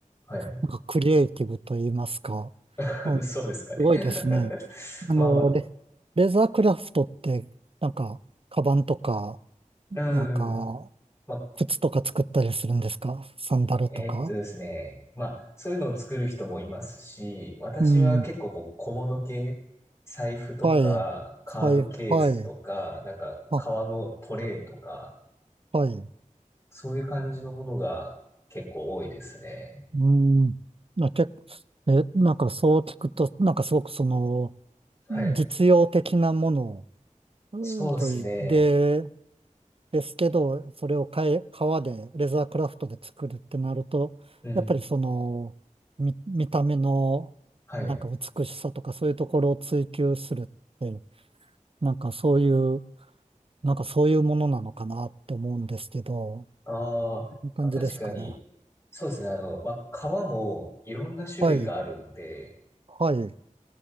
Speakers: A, on the left; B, on the right.
A: はい。
B: なんかクリエイティブと言いますか。
A: <laughs>
B: うん、
A: そうですかね。
B: すごいですね。
A: <laughs>
B: あの、
A: まあま
B: レ、レザークラフトって、なんか、カバンとか、
A: あ、
B: なんか、
A: うん。まあ、
B: 靴とか作ったりするんですかサンダルとか。
A: ええーっとですね。まあ、そういうのを作る人もいますし、私は結構こう小物系、
B: うん。
A: 財布とか、
B: はい。
A: カードケースとか、
B: はい、はい。
A: なんか革のトレイとか、
B: あ、はい。
A: そういう感じのものが結構多いですね。
B: うん。あ、け、え、なんかそう聞くと、なんかすごくその、
A: はい。
B: 実用的なものうんといで、
A: そうですね。
B: ですけど、それをかえ、革で、レザークラフトで作るってなると、
A: うん。
B: やっぱりその、見、見た目の、
A: はい。
B: なんか美しさとかそういうところを追求するって、なんかそういう、なんかそういうものなのかなって思うんですけど、
A: あーまあ、
B: いい感じですかね。
A: 確かに、そうですね。あの、まあ、革もいろんな種類があるので、
B: はい、はい、